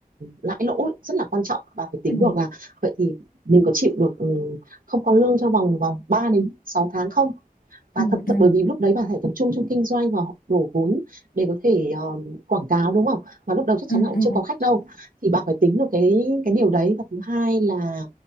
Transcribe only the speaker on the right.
lãi lỗ ấy, rất là quan trọng và phải tính
được là vậy thì mình có chịu được ừ, không có lương trong vòng vòng 3 đến 6 tháng không và
thậm
thậm bởi vì lúc đấy bà phải tập trung trong kinh doanh và đổ vốn để có thể um, quảng cáo đúng không và lúc đầu chắc chắn
là cũng chưa có khách đâu thì bà phải tính được cái cái điều đấy và thứ hai là